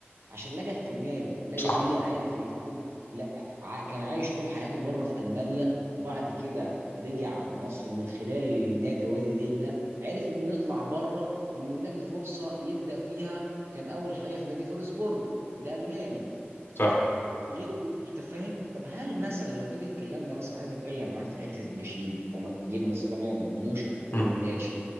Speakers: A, on the right; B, on the left.
A: عشان لقى اهتمام لقى
B: صح
A: بيئه عرف يهتم لا ع- كان عايش طول حياته بره في المانيا وبعد كده رجع على مصر ومن خلال نادي وادي دجله عرف انه يطلع بره وانه يلاقي فرصه يبدا فيها كان اول حاجه في نادي فولسبورج الالماني
B: صح
A: غير كده، انت فاهم طب هل مثلا لو جينا اتكلمنا مثلا عايز اتكلم معاك في حته الناشئين طالما جبنا سيد عمر مرموش وانه
B: مم.
A: ناشئ